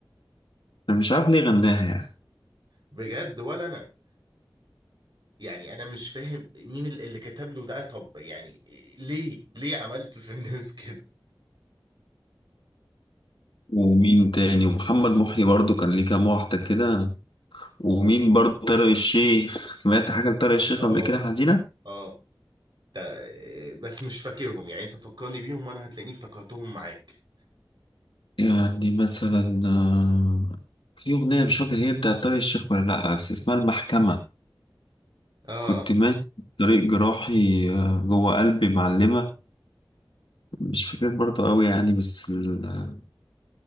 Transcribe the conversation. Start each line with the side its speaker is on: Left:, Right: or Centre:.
Left: أنا مش عارف ليه غناها يعني
Right: بجد ولا أنا يعني أنا مش فاهم مين ال- اللي كتب له ده طب يعني ليه ليه عملت في الناس كده
Left: ومين تاني ومحمد محي برضو كان ليه كام واحدة كده ومين برضو طارق الشيخ سمعت حاجة لطارق الشيخ
Right: آه
Left: قبل كده حزينة
Right: آه آه، بس مش فاكرهم يعني انت فكرني بيهم وانا هتلاقيني افتكرتهم معاك
Left: يعني مثلا آه، في أغنية مش فاكر هي بتاعت طارق الشيخ ولا لأ بس اسمها المحكمة
Right: اه
Left: كنت ماشي في طريق جراحي آه، جوه قلبي معلمة مش فاكر برضو قوي يعني بس ال-